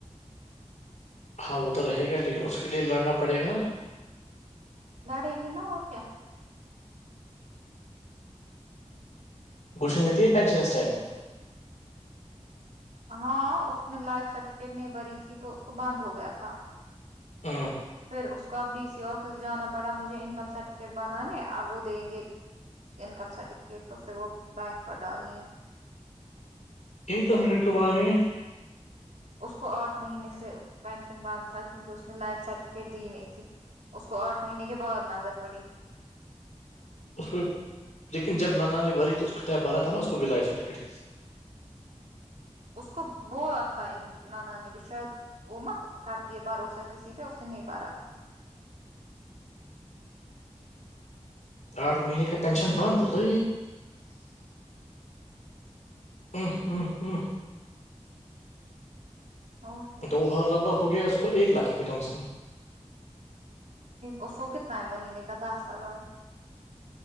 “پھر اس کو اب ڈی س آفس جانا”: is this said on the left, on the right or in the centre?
Right